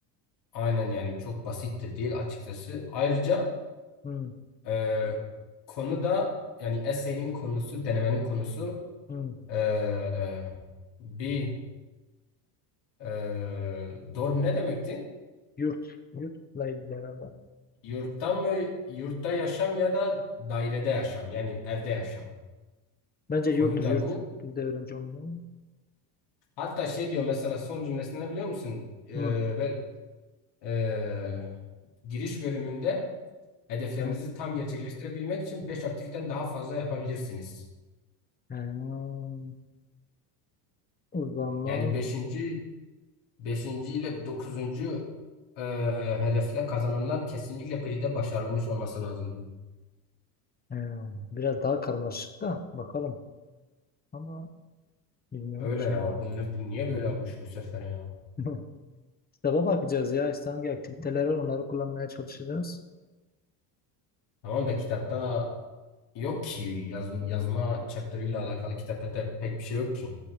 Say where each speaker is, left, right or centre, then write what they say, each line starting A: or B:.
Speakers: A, on the left; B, on the left.
A: Aynen yani çok basit de değil açıkçası. Ayrıca
B: Hı,
A: e, konu da yani essay'in konusu, denemenin konusu
B: hı.
A: Ee, bir ee, dorm ne demekti?
B: Yurt. Yurtla ilgili herhalde.
A: Yurtta mı, yurtta yaşam ya da dairede yaşam yani evde yaşam.
B: Bence
A: Konu
B: yurttur
A: da
B: yurt.
A: bu.
B: Biz de öğrenci olmalı.
A: Hatta şey diyor mesela son cümlesini ne biliyor musun? Ee,
B: Hı.
A: be- ee, giriş bölümünde hedeflerinizi
B: Evet.
A: tam gerçekleştirebilmek için 5 aktiviten daha fazla yapabilirsiniz.
B: Hmm, O zaman
A: Yani beşinci beşinci ile dokuzuncu ee, hedefle kazanımlar kesinlikle PRI'de başarılmış olması lazım diyor.
B: hmm, biraz daha karmaşık da bakalım. Ama bilmiyorum
A: Öyle
B: ki
A: ya.
B: ya.
A: Bu, ne, bu niye böyle yapmış bu sefer ya?
B: <laughs> Kitaba bakacağız ya. İşte hangi aktiviteler var onları kullanmaya çalışacağız.
A: Tamam da kitapta yok ki yaz, yazma chapter ile alakalı kitapta da pek bir şey yok ki.